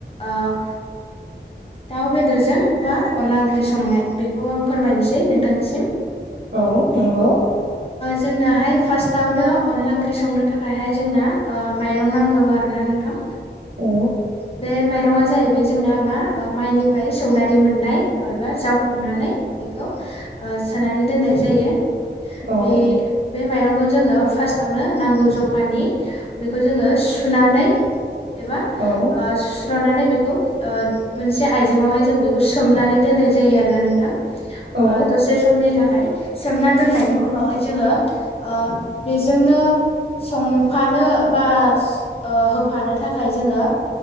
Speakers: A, on the left (about 30°); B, on the right (about 70°).
A: आ। <inaudible> दाउ बेदरजों बा अनला ओंख्रि संनाय बेखौ आं फोरमायनोसै नोंथांनिसिम।
B: औ नंगौ
A: जोंनाहाय फार्स्टावनो अनला ओंख्रि संनो थाखायहाय जोंना माइरं नांगौ आरो ना नोंथां।
B: औ
A: बे ओ माइरंआ जाहैबाय जोंना मा? माइनिफ्राय सौनानै मोननाय एबा जावखांनानै बेखौ सोनानै दोननाय जायो
B: औ
A: बे बे माइरंखौ। जोङ फार्सटावनो नांगौ जखानि बेखौ जोङो सुनानै एबा
B: औ
A: सुस्र'नानै बेखौ।। मोनसे आयजेंआवहाय जों बेखौ सोमनानै दोननाय जायो आरो ना नोंथां।
B: औ
A: दसे समनि थाखाय सोमना दोननायनि उनावहाय जोङो आ बेजोंनो। संफानो बा आ होफानो थाखाय जोङो